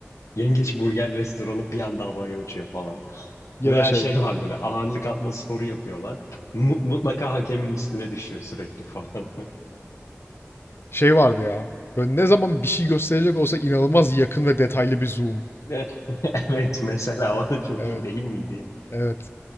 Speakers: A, on the left (about 85°); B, on the left (about 50°).
A: yengeç burger restoranı bir anda havaya uçuyor falan.
B: Ya
A: Veya
B: da şey.
A: şey var böyle ağırlık atma sporu yapıyorlar. Mu- mutlaka hakemin üstüne düşüyor sürekli falan. <laughs>
B: Şey vardı ya. Böyle ne zaman bir şey gösterecek olsa inanılmaz yakın ve detaylı bir zoom.
A: <laughs> Evet mesela o da çok
B: Evet.
A: iyi değil miydi ya?
B: Evet.